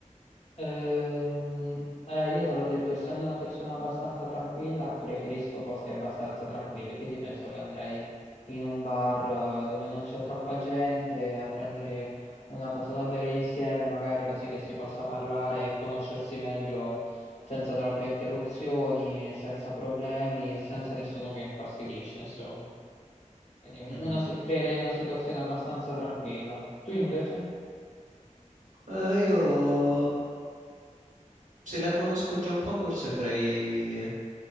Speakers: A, on the left; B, on the right.
A: Ehm, eh, io te l'ho detto, essendo una persona abbastanza tranquilla, preferisco posti abbastanza tranquilli, quindi penso che andrei in un bar eh, dove non c'è troppa gente a prendere una cosa da bere insieme, magari così che si possa parlare e conoscersi meglio senza troppe interruzioni, senza problemi e senza nessuno che infastidisce, insomma. Quindi un-
B: Mhm.
A: una si- creerei una situazione abbastanza tranquilla. Tu invece?
B: Eh, io se la conosco già un po', forse farei.